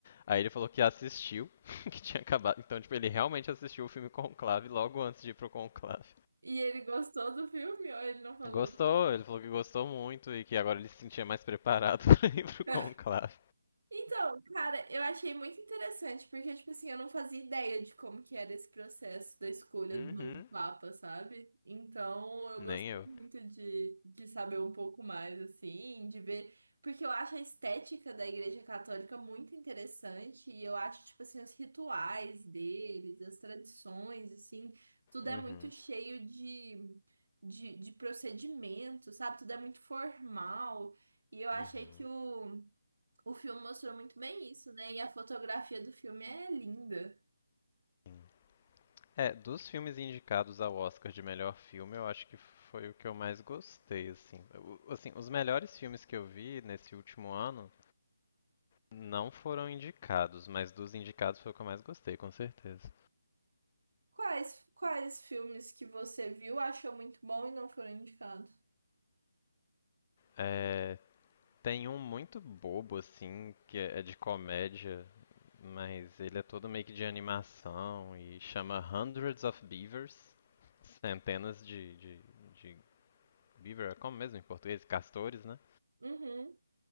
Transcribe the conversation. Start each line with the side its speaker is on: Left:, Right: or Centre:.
Left: Aí ele falou que assistiu, <laughs> que tinha acabado. Então, tipo, ele realmente assistiu o filme Conclave logo antes de ir pro Conclave.
Right: E ele gostou do filme ou ele não falou?
Left: Gostou, ele falou que gostou muito e que agora ele se sentia mais preparado <laughs> pra ir pro
Right: <laughs>
Left: Conclave.
Right: Então, cara, eu achei muito interessante, porque, tipo assim, eu não fazia ideia de como que era esse processo da escolha
Left: Uhum,
Right: do novo Papa, sabe? Então, eu
Left: nem
Right: gostei
Left: eu.
Right: muito de, de saber um pouco mais, assim, de ver, porque eu acho a estética da Igreja Católica muito interessante, e eu acho, tipo assim, os rituais deles, as tradições, assim, tudo é
Left: Uhum,
Right: muito cheio de, de, de procedimento, sabe? Tudo é muito formal, e eu achei
Left: uhum.
Right: que o o filme mostrou muito bem isso, né? E a fotografia do filme é linda.
Left: Sim. É, dos filmes indicados ao Oscar de melhor filme, eu acho que foi o que eu mais gostei, assim. O- assim, os melhores filmes que eu vi nesse último ano não foram indicados, mas dos indicados foi o que eu mais gostei, com certeza.
Right: Quais, quais filmes que você viu, achou muito bom e não foram indicados?
Left: É, tem um muito bobo, assim, que é é de comédia, mas ele é todo meio que de animação e chama Hundreds of Beavers, centenas de, de, de beaver, é como mesmo em português? Castores, né?
Right: Uhum.